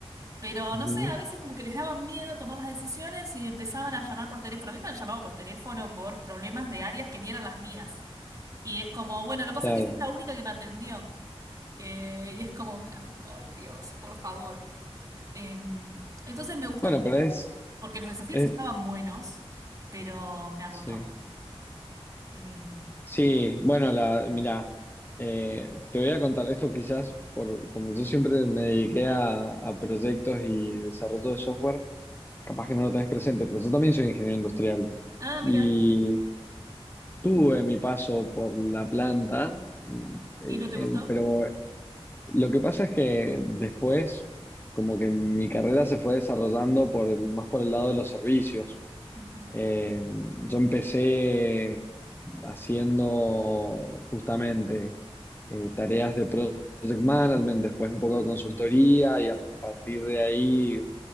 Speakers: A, on the right (about 35°); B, on the left (about 20°).
A: Pero
B: Ujú,
A: no sé, a veces como que les daban miedo tomar las decisiones y empezaban a llamar por teléfono. A mí me han llamado por teléfono por problemas de áreas que ni eran las mías. Y es como, bueno, lo que pasa
B: claro.
A: es que sos la única que me atendió. Eh, y es como, ay Dios, por favor. Eh, entonces me gustó
B: Bueno,
A: mucho
B: pero es,
A: porque los desafíos
B: es-
A: estaban buenos, pero me agotó.
B: sí.
A: Eh,
B: Sí, bueno, la, mira, te voy a contar esto quizás, por, como yo siempre me dediqué a, a proyectos y desarrollo de software, capaz que no lo tenés presente, pero yo también soy ingeniero industrial
A: ah, mira,
B: y tuve mi paso por la planta, mm, eh,
A: ¿y no te gustó?
B: en- pero Lo que pasa es que después, como que mi carrera se fue desarrollando por el- más por el lado de los servicios.
A: Ujú.
B: Eh, yo empecé haciendo justamente eh, tareas de project management, después un poco de consultoría y a partir de ahí